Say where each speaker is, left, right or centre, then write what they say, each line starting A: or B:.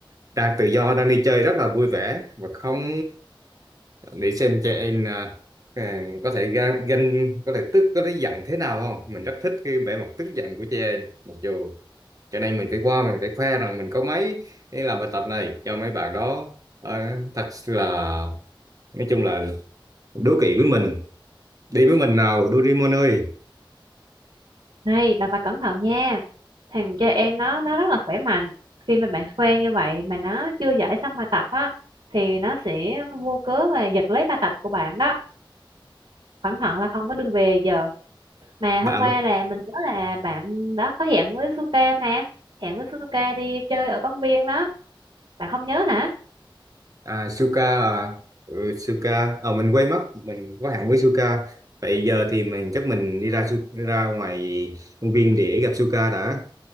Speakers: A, on the right; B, on the right.
A: đang tự do đang đi chơi rất là vui vẻ và không để xem trẻ em à, à, có thể gan, gan có thể tức có thể giận thế nào không mình rất thích cái vẻ mặt tức giận của trẻ em mặc dù cho nên mình phải qua mình phải khoe rằng mình có mấy cái làm bài tập này cho mấy bạn đó à, thật là nói chung là đố kỵ với mình đi với mình nào Doraemon ơi
B: này bạn phải cẩn thận nha thằng cho em nó nó rất là khỏe mạnh khi mà bạn quen như vậy mà nó chưa giải xong bài tập á thì nó sẽ vô cớ và giật lấy bài tập của bạn đó cẩn thận là không có đường về giờ mà
A: bạn
B: hôm qua là mình nhớ là bạn đó có hẹn với Suka mà hẹn với Suka đi chơi ở công viên đó bạn không nhớ hả
A: À, Suka à ừ, Suka ờ mình quên mất mình có hẹn với Suka vậy giờ thì mình chắc mình đi ra Su- ra ngoài công viên để gặp Suka đã